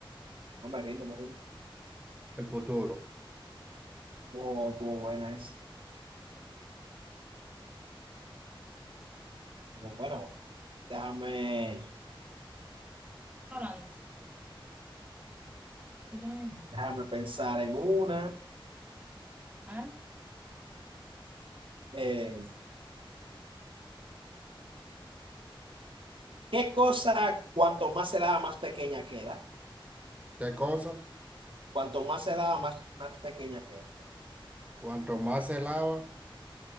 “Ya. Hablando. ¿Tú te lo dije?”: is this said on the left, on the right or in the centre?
Right